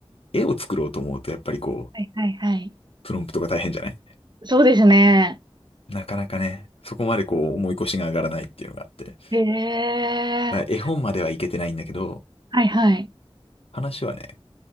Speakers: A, on the left; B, on the right.
A: 絵を作ろうと思うとやっぱりこう、
B: はいはいはい。
A: プロンプトが大変じゃない
B: そうですね。
A: なかなかね、そこまでこう、思い越しが上がらないっていうのがあって。
B: ええ
A: まあ、絵本まではいけてないんだけど、
B: はいはい。
A: 話はね、